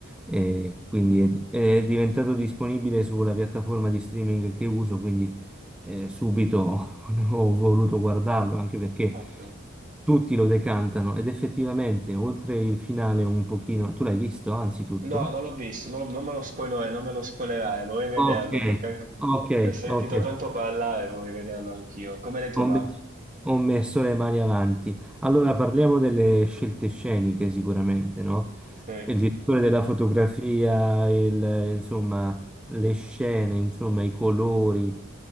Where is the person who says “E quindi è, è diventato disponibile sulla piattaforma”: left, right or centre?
Centre